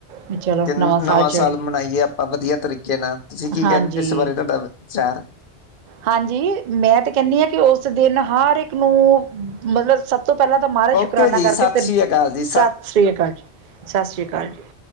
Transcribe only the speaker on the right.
ਵੀ ਚਲੋ
ਚੜ
ਹਾਂਜੀ
ਹਾਂਜੀ। ਮੈ ਤੇ ਕਹਿਦੀ ਹਾਂ ਕਿ ਉਸ ਦਿਨ ਹਰ ਇਕ ਨੂੰ ਮਤਲਬ ਸਭ ਤੋ ਪਹਿਲਾਂ ਤਾਂ ਮਹਾਰਾਜ ਦਾ ਸ਼ੁਕਰਾਨਾ
ਕਰਕੇ।
ਫਿਰ
ਸਤਿ ਸ੍ਰੀ ਅਕਾਲ ਜੀ ਸਤਿ ਸ੍ਰੀ ਅਕਾਲ ਜੀ।